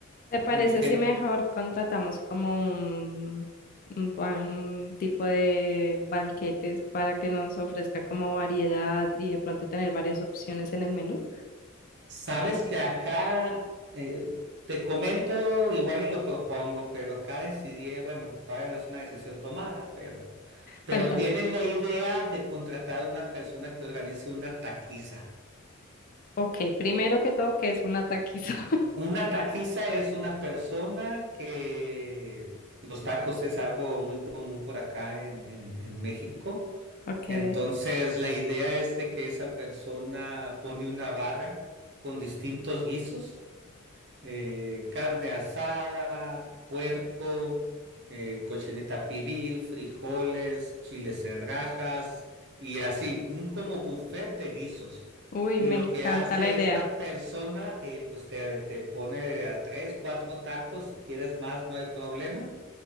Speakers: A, on the left; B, on the right.
A: te parece
B: en gente.
A: si mejor contratamos como un, un ban- un tipo de banquetes para que nos ofrezca como variedad y de pronto tener varias opciones en el menú?
B: Sabes que acá eh, te comento igual y lo propongo, pero acá decidí, bueno, todavía no es una decisión tomada, pero, pero
A: Cuéntame.
B: tienen la idea de contratar a una persona que organice una taquiza.
A: Ok, primero que todo, que es una taquiza? <laughs>
B: Una taquiza es una persona que los tacos es algo muy común por acá en, en- en México.
A: Ok.
B: Entonces, la idea es de que esa persona pone una barra con distintos guisos eh, carne asada, puerco, eh, cochinita pibil, frijoles, chiles en rajas y así, un como buffet de guisos.
A: Uy,
B: Y
A: me
B: lo
A: encanta
B: que hace
A: la idea.
B: esta persona, eh, pues te, te pone a tres, cuatro tacos, si quieres más no hay problema.